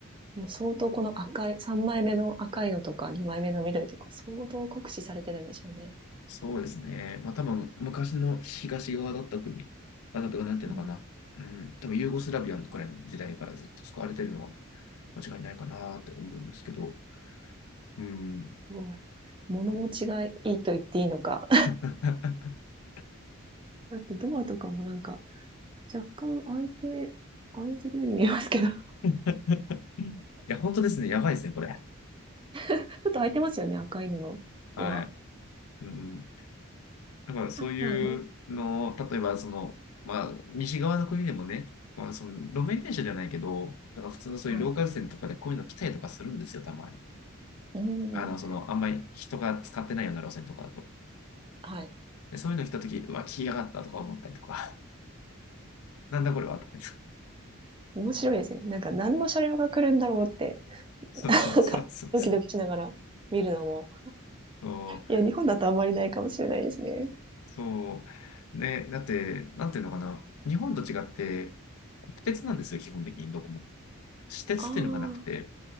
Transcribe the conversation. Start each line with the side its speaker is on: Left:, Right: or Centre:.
Right: もう相当この赤い、3枚目の赤いのとか2枚目の緑とか相当酷使されてるんでしょうね。
Left: そうですね。まあ多分、昔の東側だった国、あ、なたがなんていうのかな。
Right: うん。
Left: うん、多分ユーゴスラビアのくらいの時代からずっと使われてるのは間違いないかなって思うんですけど、うん。
Right: すごい物持ちがいいと言っていいのか、
Left: <laughs>
Right: だってドアとかもなんか、若干開いて、開いてるように見えますけど、<laughs> ち
Left: いや、本当ですね。やばいですね、これ。
Right: ょっと開いてますよね、赤いののドア。
Left: はい。うん。だからそういうのを、
Right: まあ、
Left: 例えばその、まあ、西側の国でもね、まあ、その路面電車じゃないけど、なんか普通のそういうローカル線とかでこういうの来たりとかするんですよ、
Right: はい。
Left: たまに。
Right: うん。
Left: あの、その、あんまり人が使ってないような路線とかだと。
Right: はい。
Left: で、そういうの来たとき、うわ、来やがったとか思ったりとか、<laughs> なんだこれはとか言って。
Right: 面白いですね。なんか何の車両が来るんだろうって、<laughs>
Left: そうそうそうそうそう。
Right: なんかドキドキしながら見るのも。
Left: そう。
Right: いや、日本だとあんまりないかもしれないですね。
Left: そうね、だって、なんていうのかな、日本と違って、国鉄なんですよ、基本的にどこも。私鉄っていうのがなくて、
Right: あ